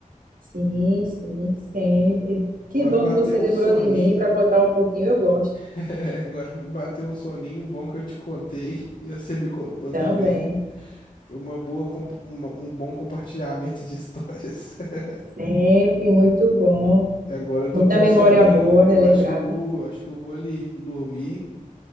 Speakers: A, on the right; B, on the left.
A: Sim, sim, sempre.
B: Agora
A: Que bom
B: bateu
A: que você
B: um
A: lembrou
B: soninho.
A: de mim para contar um pouquinho, eu gosto.
B: <laughs> Agora me bateu um soninho bom que eu te contei <laughs> e você me contou
A: Também,
B: também. Foi uma boa, compa- uma- um bom compartilhamento de histórias. <laughs>
A: sempre muito bom.
B: E agora eu tô
A: Muita
B: com
A: memória
B: um soninho,
A: boa,
B: eu
A: relembrada.
B: acho que eu vou, acho que eu vou ali dormir,